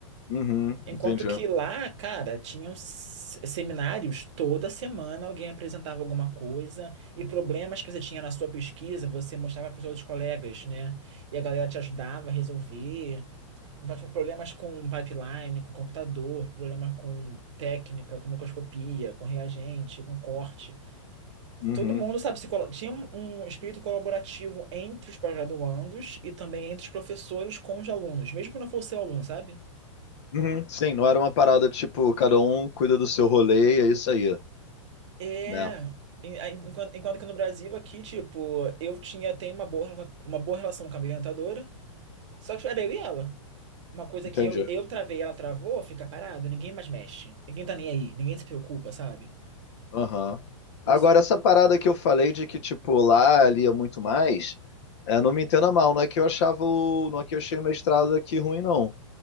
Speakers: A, on the left; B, on the right.
A: Uhum,
B: Enquanto
A: entendi.
B: que lá, cara, tinham se- seminários, toda semana alguém apresentava alguma coisa e problemas que você tinha na sua pesquisa, você mostrava para os outros colegas, né? E a galera te ajudava a resolver. Então, tipo, problemas com pipeline, com computador, problemas com técnica, com microscopia, com reagente, com corte.
A: Uhum.
B: Todo mundo, sabe, se colo- tinha um um espírito colaborativo entre os pós-graduandos e também entre os professores com os alunos, mesmo que não fosse o aluno, sabe?
A: Uhum. Sim, não era uma parada tipo, cada um cuida do seu rolê e é isso aí,
B: É,
A: né?
B: em- a- enquanto, enquanto que no Brasil aqui, tipo, eu tinha, tenho uma boa, rela- uma boa relação com a minha orientadora, só que tipo, era eu e ela. Uma coisa
A: Entendi.
B: que eu, eu travei, ela travou, fica parado, ninguém mais mexe, ninguém tá nem aí, ninguém se preocupa, sabe?
A: Aham.
B: Isso,
A: Agora, essa parada que eu falei de que, tipo, lá ali é muito mais. É, não me entenda mal, não é que eu achava o, não é que eu achei o mestrado aqui ruim, não.